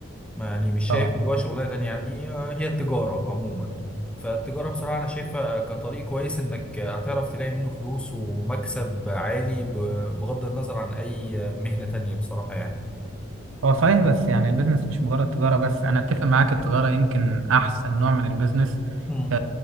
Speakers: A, in the centre; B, on the right.
A: ما يعني مش
B: طبعا
A: شايف اللي هو شغلانه تانية يعني آه، هي التجاره عموما فالتجاره بصراحه انا شايفها كطريق كويس انك هتعرف تلاقي منه فلوس ومكسب عالي ب- بغض النظر عن اي مهنه تانية بصراحه يعني
B: هو صحيح بس يعني البيزنس مش مجرد تجارة بس أنا أتفق معاك التجارة يمكن أحسن نوع من البيزنس
A: امم
B: ك